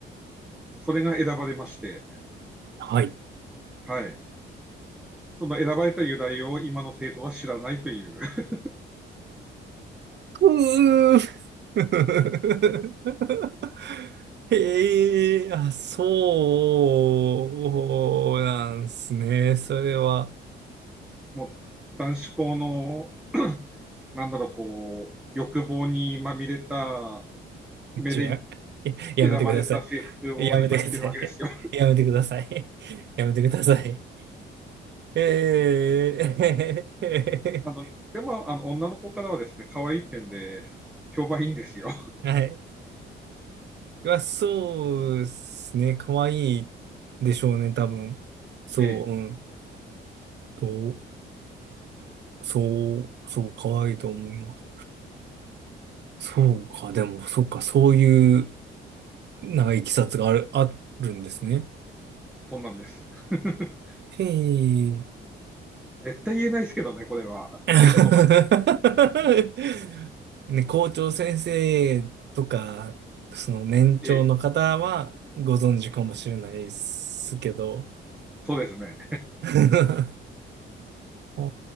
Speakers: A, in the centre; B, on the right.
A: それが選ばれまして、
B: はい。
A: はい。その選ばれた由来を今の生徒は知らないという、<laughs> はい。
B: うー <laughs> へえ、あ、そうなんすね。それは、
A: もう男子校の、なんだろう、こう、欲望にまみれた目で
B: ちょ、や、ややめてくださ
A: 選ばれた制服を今着てるわけですよ。
B: い。やめてください。やめてください。やめてください。ええ
A: あの、でも、あの、女の子からはですね、可愛い点で、評判いいんですよ。
B: <laughs> はい。まあ、そうですね。可愛いでしょうね、多分。
A: <laughs>
B: そう、
A: ええ、
B: うん。と、そう、そう、可愛いと思います。そうか、でも、そうか、そういう、なんか、いきさつがある、あるんですね。
A: そうなんです。<laughs>
B: へえ。
A: 絶対言えないですけどね、これは。
B: <laughs>
A: 生徒の前。
B: ね、校長先生とか、その年長の方はご存知かもしれないですけど、
A: ええ、そうですね。
B: <laughs> お